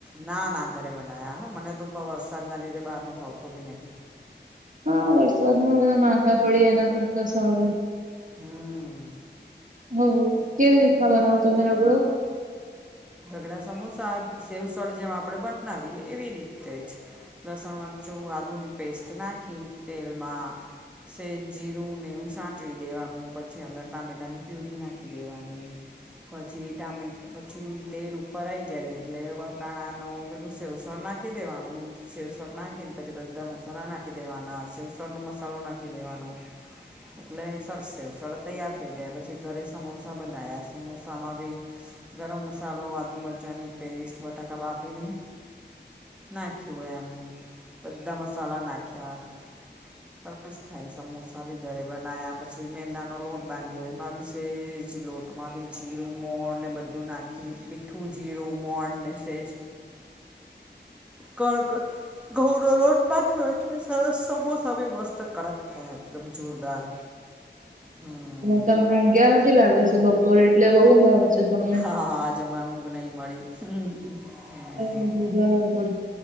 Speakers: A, in the centre; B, on the right.
A: ના ના ઘરે બના્યા હા મને તો વરસાદ ના લીધે બહાર ન ભાવતું બી નહી.
B: હા વરસાદમાં માંદા પડી એના કરતા સારું
A: હમ
B: હ કેવી રીતના બનાવતોમે રગડો
A: રગડા સમોસા સેવઊસળ જેમ આપણે બનાવીએ એવી રીતે જ લસણ મરચું આદુની પેસ્ટ નાખી તેલમાં સે જીરું નેવું સાત ળી દેવાનું પછી અંદર ટામેટાની પ્યુરી નાખી દેવાની. પછી ટમેટુ પછી તેલ ઉપર આવી જાય એટલે વટાણાનો પેલું સેવઊસળ નાખી દેવાનું સેવઊસળ નાખી ને પછી બધા મસાલા નાખી દેવાના સેવઊસળ નો મસાલો નાખી દેવાનો એટલે સડસે સડ તૈયાર થઈ ગયા પછી ઘરે સમોસા બનાયા સમોસામાં બી ગરમ મસાલો આદુ મરચાંની પેસ્ટ બટાકા બાફીને નાખ્યું એમ બધા મસાલા નાખ્યા સરસ થાય સમોસા બી ઘરે બનાવ્યા પછી મેદાંનો લોટ બાંધ્યો એમાં બી સેજ લોટમાં બી જીરું મોણ ને બધું નાખી મીઠું જીરું મોણ ને સેજ કણક ઘઉંનોલોટ નાખ્યો હોય છે, સરસ સમોસા ભી મસ્ત કડક હૈ એકદમ જોરદાર હમ્મ.
B: તમને ઉંઘ્યા નથી લાગે છે બપોરે એટલે બહુ ઉંધ આવે છે. તમને.
A: હા હા હા આજે મને ઊંઘ નહિં મળી. હમ્મ, હમ્મ.
B: બરોબર બરોબર